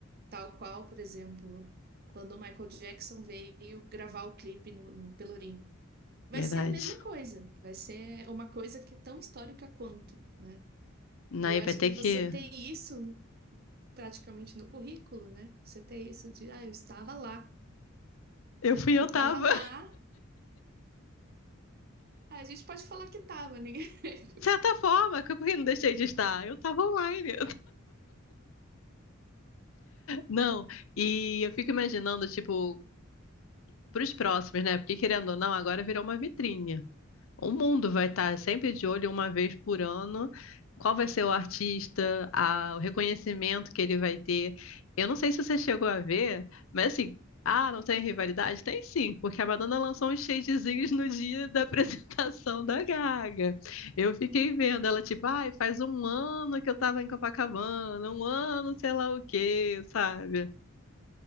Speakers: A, on the right; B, on the left.
A: Tal qual, por exemplo, quando o Michael Jackson veio gravar o clipe no, no Pelourinho. Vai
B: verdade.
A: ser a mesma coisa, vai ser uma coisa que é tão histórica quanto, né? E
B: Aí
A: eu acho
B: vai ter
A: que você
B: que.
A: ter isso praticamente no currículo, né? Você ter isso de, ah, eu estava lá,
B: Eu
A: né?
B: fui, eu
A: Eu
B: tava.
A: estava lá, a gente pode falar que estava, ninguém. <laughs>
B: De certa forma, que eu não deixei de estar. Eu tava online. Não, e eu fico imaginando, tipo, pros próximos, né? Porque querendo ou não, agora virou uma vitrine. O mundo vai estar sempre de olho uma vez por ano. Qual vai ser o artista, a- o reconhecimento que ele vai ter? Eu não sei se você chegou a ver, mas assim, ah, não tem rivalidade? Tem sim, porque a Madonna lançou uns shadezinhos no dia da <laughs> apresentação da Gaga. Eu fiquei vendo ela, tipo, ai, faz um ano que eu tava em Copacabana, um ano, sei lá o quê, sabe?